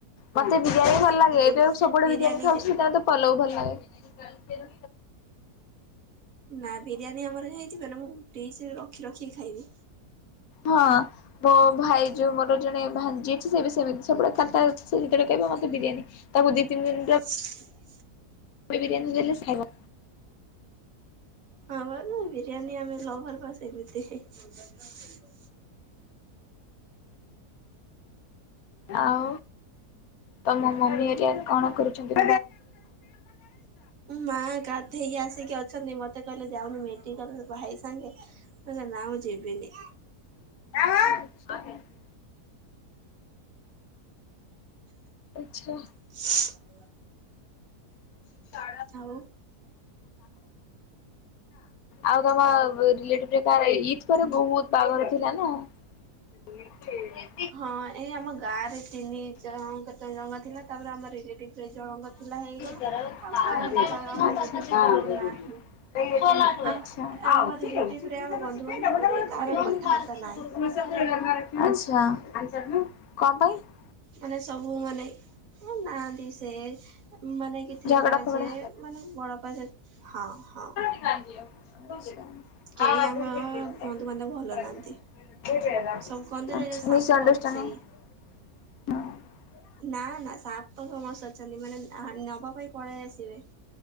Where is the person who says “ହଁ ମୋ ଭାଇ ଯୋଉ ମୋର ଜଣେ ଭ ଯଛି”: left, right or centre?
Left